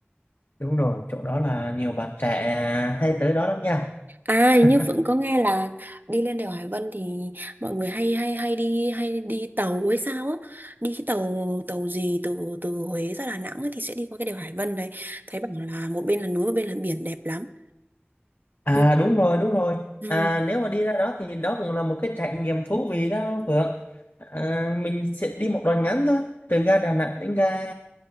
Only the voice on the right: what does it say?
À hình
như Phượng có nghe là đi lên đèo Hải Vân thì mọi người hay hay hay đi hay đi tàu hay sao á. Đi cái tàu tàu gì từ từ Huế ra Đà Nẵng ấy, thì sẽ đi qua cái đèo Hải Vân đấy. Thấy bảo là một bên là núi một bên là biển đẹp lắm.
Ừ.
Ừ.